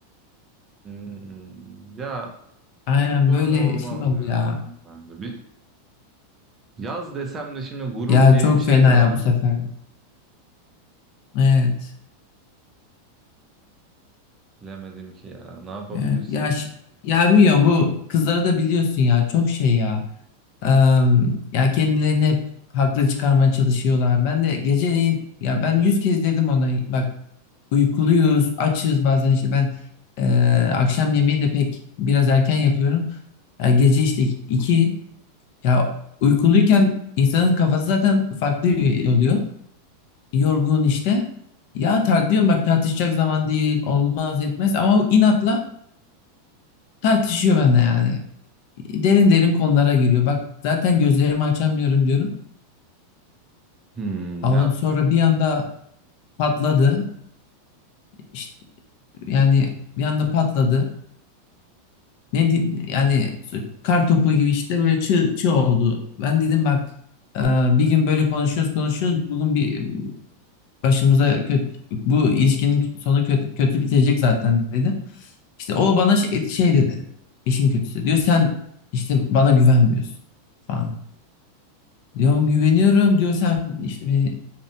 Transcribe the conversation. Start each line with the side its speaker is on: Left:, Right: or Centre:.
Right: Hmm, ya
Left: Aynen
Right: sorun
Left: böyle
Right: olmaz
Left: şey oldu
Right: ya
Left: ya.
Right: bence. Bir yaz desem de şimdi gurur
Left: Ya
Right: diye
Left: çok
Right: bir şey
Left: fena
Right: de var.
Left: ya bu sefer. Evet.
Right: Bilemedim ki ya. Ne yapabiliriz
Left: Evet, ya
Right: ki?
Left: ş- ya bilmiyorum bu kızları da biliyorsun ya çok şey ya. Em, ya kendilerini hep haklı çıkarmaya çalışıyorlar. Ben de geceleyin ya ben yüz kez dedim ona bak uykuluyuz, açız bazen işte ben e, akşam yemeği de pek biraz erken yapıyorum. Ya gece işte iki ya uykuluyken insanın kafası zaten farklı oluyor. Yorgun işte. Ya tar diyorum bak tartışacak zaman değil, olmaz etmez ama o inatla tartışıyor bende yani. derin derin konulara giriyor. Bak zaten gözlerimi açamıyorum diyorum.
Right: Hmm,
Left: Allahım
Right: ya
Left: sonra bir anda patladı. İşte, yani bir anda patladı. Ne di- yani kar topu gibi işte böyle çığ, çığ oldu. Ben dedim bak e, bir gün böyle konuşuyoruz konuşuyoruz. Bugün bir başımıza kötü, bu ilişkinin sonu kötü, kötü bitecek zaten dedim. İşte o bana şey, şey dedi. İşin kötüsü diyor sen işte bana güvenmiyorsun falan. Diyorum güveniyorum diyor sen işte beni